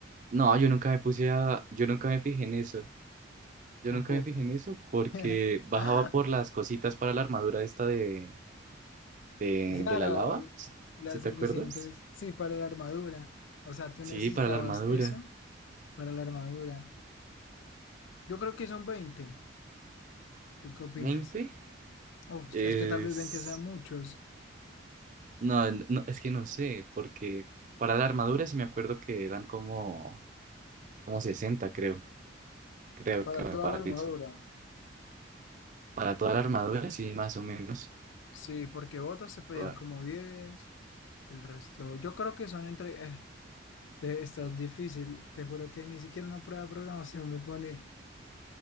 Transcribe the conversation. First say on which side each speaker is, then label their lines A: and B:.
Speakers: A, on the right; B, on the left.
A: No, yo nunca me puse a... Yo nunca me fijé en eso. Yo
B: Tampoco.
A: nunca me fijé en eso porque
B: <laughs>
A: bajaba
B: <laughs>
A: por las cositas para la armadura esta de, de,
B: Claro,
A: de la lava,
B: l-
A: si
B: las
A: si te
B: suficientes,
A: acuerdas?
B: sí, para la armadura. O sea, tú
A: Sí,
B: necesitabas
A: para la armadura.
B: eso para la armadura. Yo creo que son 20. ¿Tú qué opinas?
A: ¿20?
B: Uf,
A: Es...
B: es que tal vez 20 sean muchos
A: No, no, es que no sé, porque para la armadura sí me acuerdo que eran como, como 60, creo, creo
B: para
A: que me
B: toda
A: parece.
B: la armadura.
A: Para toda la armadura, sí, más o menos.
B: Sí, porque botas se pedía
A: Pa-
B: como 10, el resto. Yo creo que son entre... eh, te, está difícil, te juro que ni siquiera una prueba de programación me pone